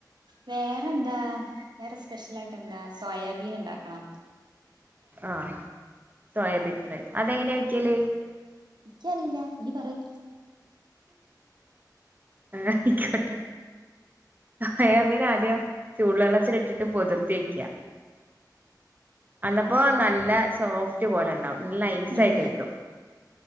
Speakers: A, on the right (about 80°); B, on the right (about 25°).
A: വേറെന്താ, വേറെ സ്പെഷ്യലായിട്ടെന്താ സോയാബീൻ ഇണ്ടാക്കണം.
B: ആഹ്, സോയാബീൻ ഫ്രൈ. അതെങ്ങനെയാ വെക്കല്?
A: ഇക്കറീല്ല. ഇഞ്ഞ്‌ പറയ്.
B: ആയിക്കോട്ടെ. സോയാബീനാദ്യം ചൂടുവെള്ളത്തിലിട്ടിട്ട് പൊതിർത്തി വെയ്ക്കാ. അന്നപ്പോ നല്ല സോഫ്റ്റ് പോലെണ്ടാവും. നൈസായിട്ട്
A: ഉം
B: കിട്ടും.